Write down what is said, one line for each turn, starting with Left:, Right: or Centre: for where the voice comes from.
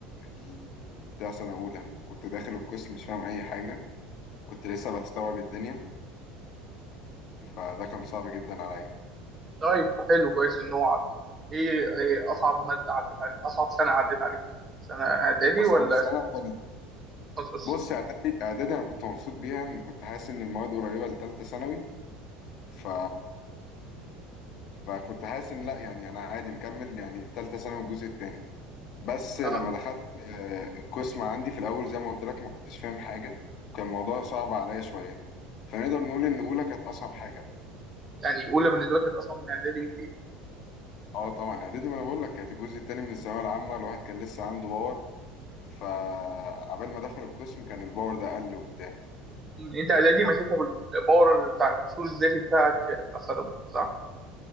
Left: ال- بتاع سنة أولى كنت داخل القسم مش فاهم أي حاجة وكنت لسه بستوعب الدنيا فده كان صعب جدا عليا
Right: طيب حلو كويس ان هو عدى ايه ايه اصعب ماده عدت عليك اصعب سنه عدت عليك سنه اعدادي
Left: أصعب
Right: ولا
Left: سنة كانت
Right: تخصص
Left: بص إعدادي إعدادي أنا كنت مبسوط بيها إن كنت حاسس إن المواد قريبة لتالتة ثانوي ف فكنت حاسس ان لا يعني انا عادي مكمل يعني تالتة ثانوي الجزء التاني بس لما
Right: اه
Left: دخلت آه، القسم عندي في الاول زي ما قلت لك ما كنتش فاهم حاجة وكان الموضوع صعب عليا شوية فنقدر نقول ان اولى كانت اصعب حاجة
Right: يعني اولى بالنسبه
Left: طب-
Right: لك كانت اصعب من اعدادي بكتير
Left: اه طبعا اعدادي ما انا بقول لك كانت الجزء التاني من الثانوية العامة الواحد كان لسه عنده باور فعبال ما دخل القسم كان الباور ده قل وبتاع
Right: مم. انت اعدادي مشيتها بالباور بتاع القصور الذاتي بتاعك بتاع ثانوي صح؟